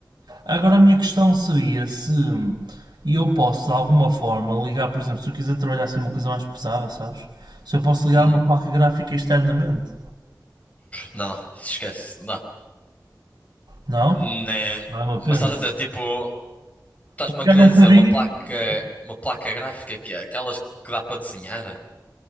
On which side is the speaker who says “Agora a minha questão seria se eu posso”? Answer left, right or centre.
Right